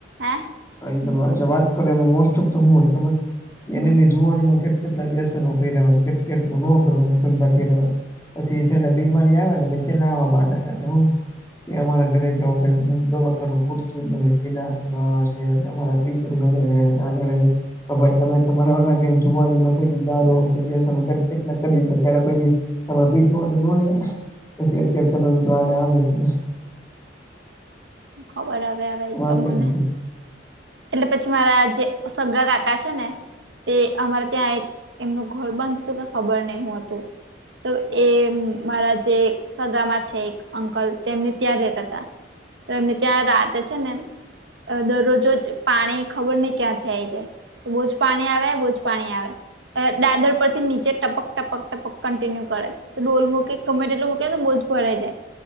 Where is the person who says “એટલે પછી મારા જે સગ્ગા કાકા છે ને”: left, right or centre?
Right